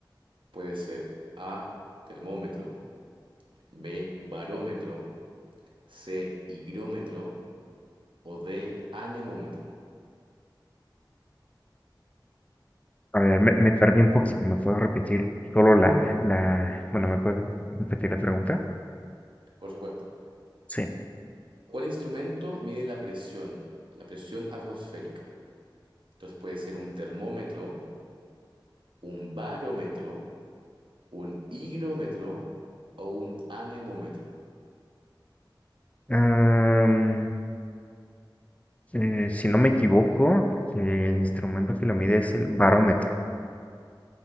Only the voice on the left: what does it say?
a ver, me, me perdí un poquito. ¿Me puedo repetir solo la, la, bueno, ¿me puedes repetir la pregunta?
Sí.
Am, eh, si no me equivoco, el instrumento que lo mide es el barómetro,